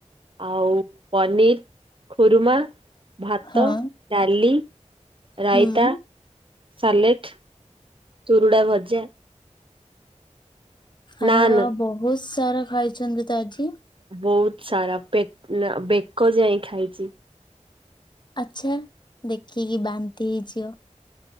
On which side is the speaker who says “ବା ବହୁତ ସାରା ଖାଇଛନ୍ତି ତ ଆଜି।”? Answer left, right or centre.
Left